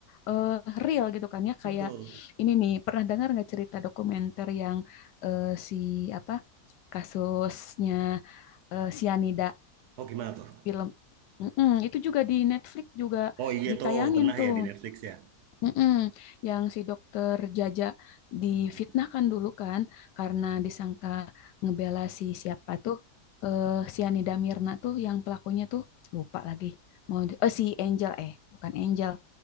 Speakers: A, on the left; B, on the right.
A: eh, real gitu kan ya
B: betul.
A: kayak ini nih pernah dengar nggak cerita dokumenter yang eh, si apa kasusnya eh, sianida
B: Oh gimana tuh?
A: film Mm-mm, itu juga di Netflix juga
B: Oh iya
A: ditayangin
B: tuh pernah
A: tuh
B: ya di Netflix ya.
A: Mm-mm. Yang si dokter Jaja difitnahkan
B: Mm-mm.
A: dulu kan karena disangka ngebela si siapa tuh eh si Anida Mirna tuh yang pelakunya tuh lupa lagi mau di- oh si Angel eh bukan Angel